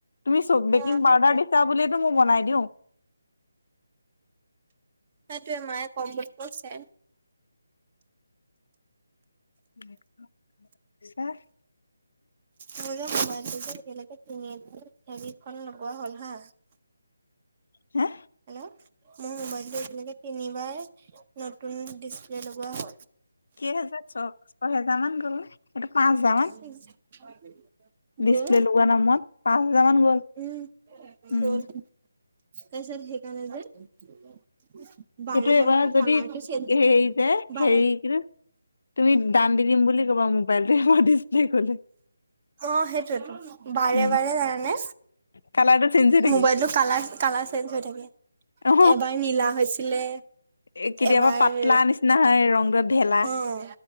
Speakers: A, on the left (about 65°); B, on the right (about 30°).
A: তুমি চ
B: অ
A: বেকিং
B: সেইটোৱে
A: পাউদাৰ দিছা বুলিয়েতো মই বনাই দিওঁ।
B: সেইটোৱে মায়ে কম বুলি কৈছে।
A: <unintelligible>
B: মোৰ যে মোবাইলটো যে বেলগকে কিনি অ যি খন লগোৱা হ'ল হা।
A: হা
B: হেল্ল মোৰ মোবাইলটো এতিয়ালেকে তিনিবাৰ নতুন ডিচপ্লে লগোৱা হ'ল।
A: কেইহেজাৰ ছ ছয়হেজাৰ মান গ'ল নে সেইটো পাঁচ হোজাৰ মান।
B: <inaudible> <inaudible>
A: ডিচপ্লে
B: গ'ল
A: লগোৱা নামত পাঁচ হোজাৰ মান গ'ল,
B: উম
A: উম।
B: গ'ল তাৰপিছত সেইকাৰনে যে বাৰে
A: সেইটো
B: বাৰে
A: এইবাৰত যদি
B: কালাৰটো চেঞ্জ
A: হেৰি যে
B: বাৰে
A: হেৰি কিতো তুমি দান দি দিম বুলি ক'বা মোবাইলটো এইবাৰ ডিচপ্লে গলে।
B: অঁ সেইটোৱেটো বাৰে
A: উম
B: বাৰে জানানে
A: কালাৰটো চেঞ্জ হৈ থাকে
B: মোবাইলতটো কালাৰ কালাৰ চেঞ্জ হৈ থাকে,
A: অ
B: এবাৰ নীলা হৈছিলে।
A: এ কেতিয়াবা
B: এবাৰ,
A: পাতলা নিচিনা হয় ৰংটো ঢেলা
B: অঁ